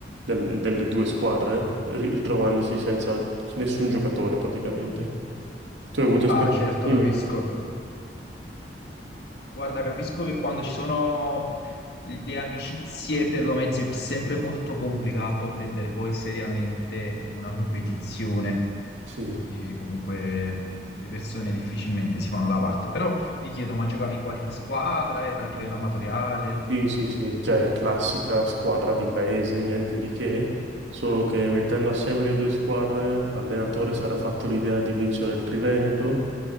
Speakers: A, on the right; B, on the left.
A: del- delle due squadre, ri- ritrovandosi senza alc- nessun giocatore praticamente.
B: <laughs>
A: Tu hai avuto esperienze
B: Ah, certo,
A: simili?
B: capisco. Guarda, capisco che quando ci sono le amicizie per lo mezzo è sempre molto complicato prendere poi seriamente una competizione,
A: Sì.
B: perché comunque le persone difficilmente si fanno da parte. Però mi chiedo, ma giocavi in qualche squadra? Era a livello amatoriale?
A: Sì, sì, sì, cioè classica squadra di paese, niente di che, solo che mettendo assieme le due squadre, l'allenatore si era fatto l'idea di vincere il Triveneto